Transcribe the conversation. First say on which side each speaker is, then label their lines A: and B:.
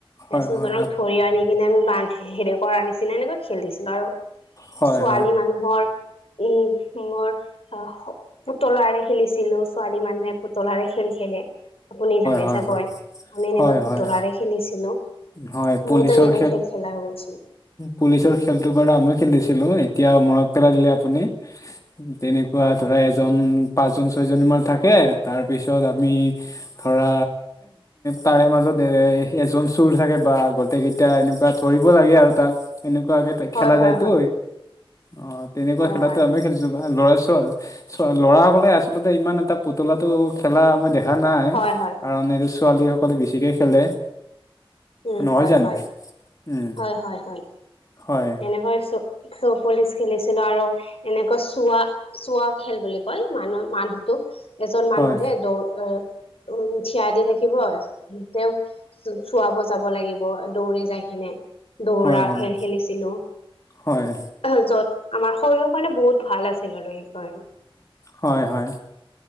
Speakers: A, on the left; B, on the left.
A: সেইচুৰজনক
B: হয়, হয়,
A: ধৰি আনি কিনে আমি বান্ধ হেৰি কৰা আ নিছিলিনা এনেকৈ খেলিছিলো আৰু
B: হয়,
A: ছোৱালী
B: হয়, হয়,
A: মানুহৰ এই শিংৰ অ', পুতলাৰে খেলিছিলো ছোৱালী মানুহে পু পুতলাৰে খেল খেলে আপুনি জানে
B: হয়,
A: চাগৈ
B: হয়।
A: আমি এনেকৈ
B: হয়,
A: পুতলাৰে
B: হয়,
A: খেলিছিলোঁ।
B: হয়, পুলিচৰ
A: বহত এনেক খেল খেলা হৈছিল।
B: পুলিচৰ খেলতটো বাৰু আমিও খেলিছিলো এতিয়া মনত পেলাই দিলে আপুনি তেনেক ধৰা এজন পাঁচজন ছয়জনীমান থাকে তাৰপিছত আমি ধৰা তাৰে মাজত এ এজন চুৰ থাকে বা গোটেই কেইটা এনেকুৱা ধৰিব লাগে আৰু তাক এনেকুৱাকে
A: হয়
B: খেলা যায়তো
A: হয় হয়
B: অ', তেনেকুৱা
A: হয়
B: খেলাতো
A: হয়
B: আমি খেলিছো বা ল'ৰা চ ল'ৰা সকলে আচলতে ইমান এটা পুতলা টো খেলা মই দেখা দেখা নাই
A: হয় হয়
B: কাৰণ এইটো ছোৱালীসকলে বেছিকৈ খেলে
A: উম,
B: নহয়
A: হয়,
B: জানো
A: হয়,
B: উম
A: হয়, হয়, হয়
B: হয়
A: এনেকৈ চব পুলিচ খেলিছিলো আৰু এনেকা চোৱা চোৱা খেল বুলি কয় মানুহ মানুহটোক এজন মানুহে
B: হয়
A: দৌ উ থিয়া দি থাকিব তেওঁক চুৱাব যাব লাগিব দৌৰি যাই কিনে দৌৰা
B: হয় হয়
A: খেল খেলিছিলো
B: হয়
A: য'ত আমাৰ শৰীৰৰ কাৰণে বহুত ভাল আছিল আৰু সেইকাৰণে
B: হয়, হয়।